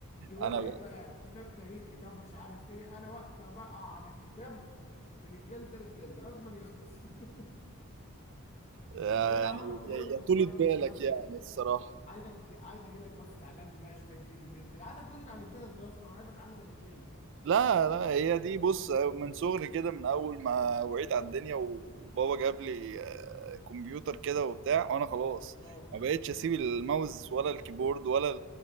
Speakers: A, on the left (about 30°); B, on the right (about 55°).
A: روايه
B: انا ب-
A: بقى كتاب تاريخ كتاب مش عارف ايه انا وقت ما بقى على الكتاب من الجلده للجلده لازم يخلص <laughs>
B: يا-
A: ايه يا
B: يعني
A: عم انت
B: يا
A: ايه الاخبار
B: يا طولة بالك
A: كده سمعت
B: يعني
A: انك
B: الصراحة
A: عايزك تجي... عايز اجي لك بس تعلمني بقى شويه فيديو جيم كده عايزك تقول لي اتعلمتها ازاي يا اسطى انا عايز اتعلم انا التاني
B: لا لا هي دي بص من صغري كده من اول ما وعيت على الدنيا وبابا جاب لي آه، كمبيوتر كده وبتاع وانا خلاص
A: اه
B: ما بقتش اسيب الماوس ولا الكيبورد ولا